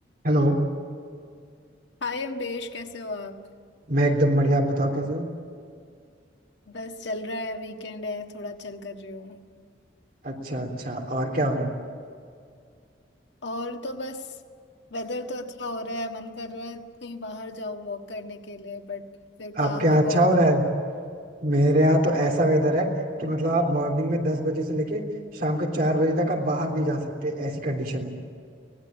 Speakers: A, on the right (about 50°); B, on the left (about 70°).
A: Hello
B: हाय अम्बेश कैसे हो आप
A: मैं एकदम बढ़िया आप बताओ कैसे हो
B: बस चल रहा है वीकेंड है थोड़ा चल कर रही हूँ
A: अच्छा अच्छा और क्या हो रहा है
B: और तो बस वेदर तो अच्छा हो रहा है मन कर रहा है कहीं बाहर जाओ वॉक करने के लिए बट फिर
A: आपके
B: काम
A: यहाँ
B: भी
A: अच्छा
B: बहुत
A: हो रहा है मेरे यहाँ तो ऐसा वेदर है कि मतलब आप मॉर्निंग में दस बजे से लेके शाम के चार बजे तक आप बाहर नहीं जा सकते ऐसी कंडीशन है